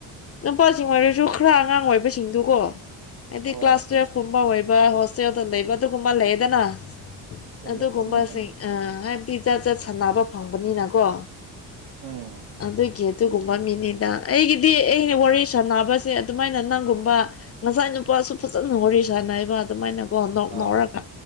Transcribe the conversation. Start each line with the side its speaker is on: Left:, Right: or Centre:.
Left: ꯅꯨꯄꯥꯁꯤꯡ ꯑꯣꯏꯔꯁꯨ ꯈꯔ ꯑꯉꯥꯡ ꯑꯣꯏꯕꯁꯤꯡꯗꯨꯒꯣ ꯍꯥꯏꯗꯤ
Right: ꯑꯣ
Left: ꯀ꯭ꯂꯥꯁ ꯇꯨꯋꯦꯜꯐ ꯀꯨꯝꯕ ꯑꯣꯏꯕ ꯍꯣꯁ ꯍꫭꯁꯇꯦꯜꯗ ꯂꯩꯕꯒꯨꯝꯕ ꯑꯗꯨꯒꯨꯝꯕ ꯂꯩꯌꯦꯗꯅ
Right: ꯆꯨꯝꯃꯦ
Left: ꯑꯗꯨꯒꯨꯝꯕꯁꯤꯡ
Right: ꯆꯨꯝꯃꯦ ꯎꯝ
Left: ꯑ ꯍꯥꯏꯕꯗꯤ ꯆꯖꯠ ꯆꯠ ꯁꯥꯟꯅꯕ ꯐꯪꯕꯅꯤꯅꯀꯣ
Right: ꯎꯝ
Left: ꯑꯗꯨ ꯀꯦ ꯑꯗꯨꯒꯨꯝꯕ ꯃꯤꯅꯤꯗ ꯑꯩꯒꯤꯗꯤ ꯑꯩꯅ ꯋꯥꯔꯤ ꯁꯥꯟꯅꯕꯁꯦ ꯑꯗꯨꯃꯥꯏꯅ ꯅꯪꯒꯨꯝꯕ ꯉꯁꯥꯏ ꯅꯨꯄꯥꯁꯨ ꯐꯖꯅ ꯋꯥꯔꯤ ꯁꯥꯟꯅꯩꯕ ꯑꯗꯨꯃꯥꯏꯅꯀꯣ ꯅꯣꯛ ꯅꫭꯛꯔꯒ
Right: ꯑꯥ